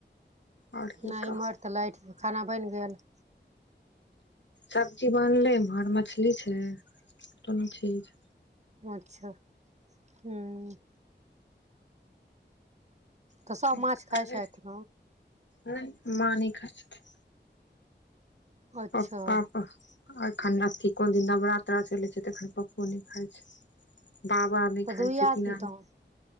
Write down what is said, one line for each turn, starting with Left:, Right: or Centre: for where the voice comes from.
Left: और की
Right: नहि
Left: कह
Right: एम्हर तऽ लाइट त खाना बनि गेल
Left: सब्जी बनले इमहर मछली छै कोनो चीज
Right: अच्छा हूं तऽ
Left: ह
Right: सभ माछ खाइत छथि
Left: नहि मां नहि खाय छथिन
Right: अच्छा
Left: पप्पा एखन अथी कोन दिन नवरात्रा चलै छै तऽ एखन पप्पो नहि खाय छै बाबा नहि
Right: तऽ
Left: खाय
Right: दुइए
Left: छथिन
Right: आदमी तऽ